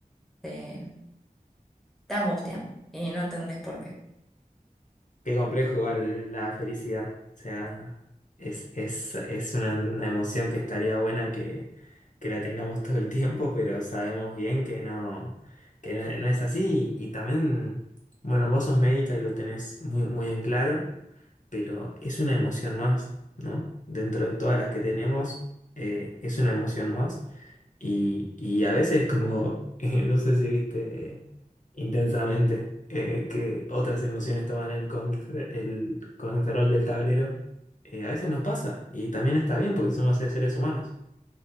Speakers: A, in the centre; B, on the left.
A: te, te angustian y no entendés por qué.
B: Qué complejo igual la felicidad. O sea, es, es, es una, una emoción que estaría buena que, que la tengamos todo el tiempo, pero sabemos bien que no, que no, no es así. Y, y también, bueno, vos sos médica y lo tenés muy, muy en claro, pero es una emoción más, ¿no? Dentro de todas las que tenemos, eh, es una emoción más. Y, y a veces como, <laughs> eh, no sé si viste eh, intensamente eh, que otras emociones toman el, con- el control del tablero, eh, a veces nos pasa y también está bien porque somos seres humanos.